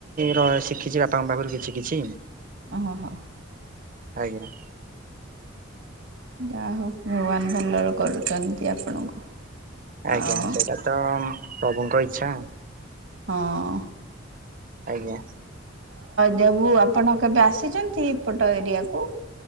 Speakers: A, on the right; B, on the right.
A: ର ଶିଖିଛି ବାପାଙ୍କ ପାଖରୁ କିଛି କିଛି।
B: ଅ ହ-
A: ଆଜ୍ଞା।
B: ଯାହା ହଉ ଭଗବାନ ଭଲରେ କରୁଛନ୍ତି ଆପଣଙ୍କୁ।
A: ଆଜ୍ଞା
B: ଆଉ
A: ସେଟା ତ ପ୍ରଭୁଙ୍କ ଇଚ୍ଛା।
B: ହଁ
A: ଆଜ୍ଞା।
B: ଯଉ ଆପଣ କେବେ ଆସିଛନ୍ତି। ଏପଟ ଏରିଆକୁ